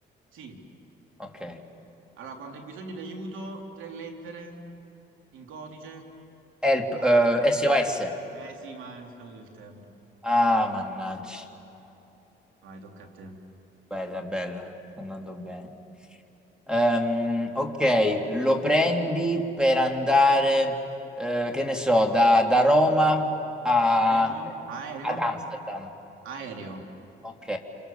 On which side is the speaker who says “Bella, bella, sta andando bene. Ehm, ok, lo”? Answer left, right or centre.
Centre